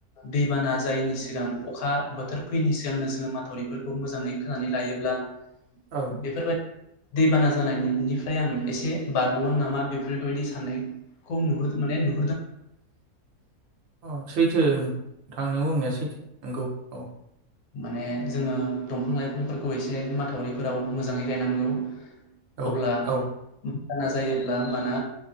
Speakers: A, on the left; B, on the right.
A: दैबाना जायैनि सिगां अखा बोथोर फैयैनि सिगांनो जोङो माथावरिफोरखौ मोजाङै खोनानै लायोब्ला
B: औ
A: बेफोरबायद दैबाना जानायनिफ्राय आं इसे बारग'गोन नामा बेफोर बेबायदि साननायखौ नुह माने नु
B: अ सैथो नों थां नि बुंनाया सैै थो नंगौ औ
A: माने जोङो दंफां लाइफांफोरखौ एसे माथावरिफोराव मोजाङै गायनांगौ।
B: औ
A: अब्ला
B: औ
A: बाना जायोब्ला ओमबाना